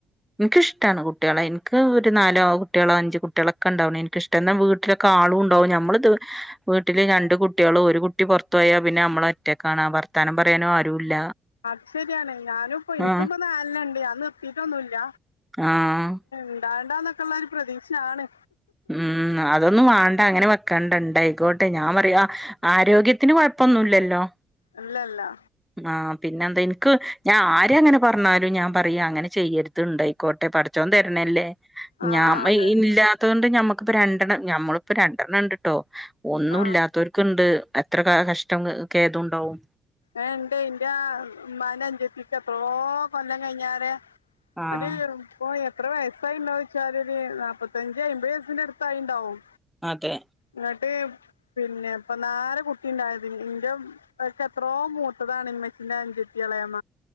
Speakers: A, in the centre; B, on the left (about 80°).
A: ഇൻക്കിഷ്ടാണ് കുട്ടികളെ. എനിക്ക് ഒരു നാലോ കുട്ടികളോ അഞ്ചു കുട്ടികളോ ഒക്കെ ഉണ്ടാവണ എനിക്കിഷ്ട ട്ടന്ന വീട്ടിലൊക്കെ ആളും ഉണ്ടാവും ഞമ്മള്ത് വീട്ടില് രണ്ട് കുട്ടികളു ഒരു കുട്ടി പുറത്തു പോയാൽ പിന്നെ നമ്മളെ ഒറ്റക്കാണ്. വർത്താനം പറയാനും ആരുല്ല.
B: അത് ശരിയാണ്. ഞാനും ഇപ്പ എനിക്കിപ്പ
A: ആഹ്
B: നാലണണ്ട്‌. ഞാന് നിർത്തിട്ടൊന്നുല്ല.
A: ആഹ്.
B: ഇണ്ടാണ്ടന്നൊക്കെയുള്ള ഒരു പ്രതീക്ഷ ആണ്.
A: ഉം അതൊന്നും വാണ്ട. അങ്ങനെ വെക്കണ്ട. ഇണ്ടായിക്കോട്ടെ ഞാൻ പറയാ, ആരോഗ്യത്തിന് കൊഴപ്പോന്നുല്ലല്ലോ?
B: അല്ലല്ല
A: ആഹ് പിന്നെ എന്ത ഇന്ക്ക് ഞാൻ ആരങ്ങനെ പർഞ്ഞാലും ഞാൻപറയാ അങ്ങനെ ചെയ്യര്. ത് ണ്ടയ്ക്കോട്ടെ പട്ച്ചോൻ തര്നല്ലേ?
B: ആഹ്
A: ഞാ
B: ആഹ് അതെ
A: ഇല്ലാത്തൊണ്ട് ഞമ്മക്കിപ്പോ രണ്ടെണ്ണം ഞമ്മളിപ്പോ രണ്ടെണ്ണംണ്ട്ട്ടോ. ഒന്നുല്ലാത്തോര്ക്ക്‌ണ്ട്.
B: ആഹ്
A: എത്ര ക കഷ്ടം ഖേദുംണ്ടാവും.
B: ഏണ്ട് ഇന്റെ ഇമ്മാന്റൻജത്തിക്കെത്രോ കൊല്ലം കയ്ഞ്ഞാരെ
A: ആഹ്
B: ഒരു പ്പോ എത്ര വയസ്സായിണ്ടാവെച്ചാലൊരു നാപ്പത്തഞ്ച് അമ്പത് വയസിന്റെ അട്ത്തായിണ്ടാവും.
A: അതെ
B: ന്നട്ട് പിന്നെ പ്പന്നാരെ കുട്ടിണ്ടായത്. ഇന്റും ഒച്ചെ ത്രോ മൂത്തതാണ് ഇമ്മച്ചിന്റെ അഞ്ചെത്തി എളേമ.